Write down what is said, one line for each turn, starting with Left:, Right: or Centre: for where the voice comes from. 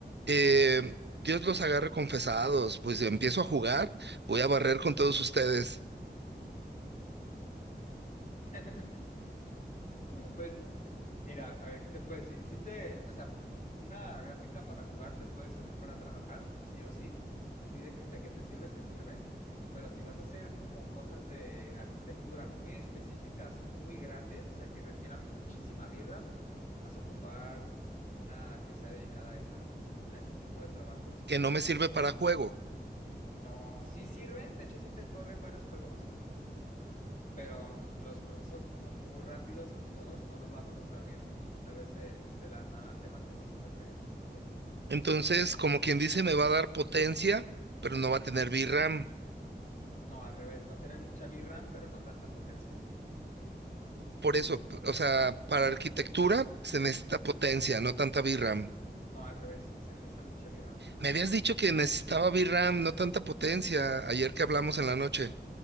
Right: Eh, Dios los agarre confesados, pues empiezo a jugar, voy a barrer con todos ustedes,
Left: <laughs> Pues mira, a ver qué te puedo decir. Si te, o sea, una gráfica para jugar te puede servir para trabajar, sí o sí. Sí, de que, de que te sirve, te sirve. Pero si vas a hacer como cosas de arquitectura muy específicas y muy grandes, o sea, que requieran muchísima VRAM, vas a ocupar una que sea dedicada a esa, a ese tipo de trabajos que
Right: que
Left: son
Right: no me
Left: las
Right: sirve
Left: famosas.
Right: para juego.
Left: No, sí sirven, de hecho sí te corren varios juegos, pero los procesos como muy rápidos en los juegos no los va a procesar bien. Tal vez eh, de la nada te baje los FPS un poco.
Right: Entonces, como quien dice, me va a dar potencia, pero no va a tener VRAM.
Left: No, al revés, va a tener mucha VRAM, pero no tanta potencia.
Right: Por eso, p- o sea, para arquitectura se necesita potencia, no tanta VRAM.
Left: No, al revés, se necesita mucha VRAM.
Right: Me habías dicho que necesitaba VRAM, no tanta potencia, ayer que hablamos en la noche.